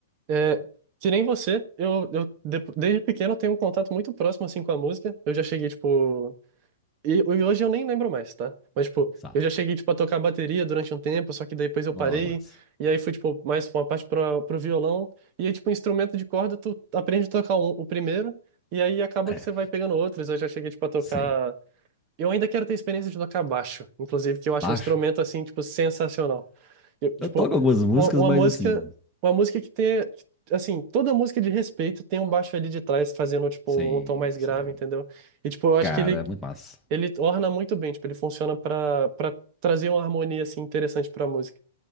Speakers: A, on the right (about 40°); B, in the centre.
A: É, que nem você, eu, eu, de- desde pequeno, eu tenho um contato muito próximo, assim, com a música. Eu já cheguei, tipo, E, e hoje eu nem lembro mais, tá? Mas, tipo,
B: Nossa,
A: eu já cheguei, tipo, a tocar bateria durante um tempo, só que daí depois eu
B: nossa,
A: parei.
B: mas.
A: E aí fui tipo, mais uma parte pro, pro violão. E aí, tipo, instrumento de corda, tu aprende a tocar um- o primeiro. E aí acaba
B: É,
A: que você vai pegando outros. Eu já cheguei, tipo, a tocar...
B: sim.
A: Eu ainda quero ter experiência de tocar baixo. Inclusive, que eu acho
B: Baixo.
A: um instrumento, assim, tipo, sensacional. Eu, tipo,
B: Eu toco algumas músicas,
A: uma, uma
B: mas
A: música...
B: assim.
A: Uma música que tem... Assim, toda música de respeito tem um baixo ali de trás fazendo, tipo,
B: Sim,
A: um um tom mais grave,
B: sim.
A: entendeu? E, tipo, eu acho
B: Cara,
A: que ele
B: é muito massa.
A: ele orna muito bem, tipo, ele funciona pra para trazer uma harmonia assim interessante pra música.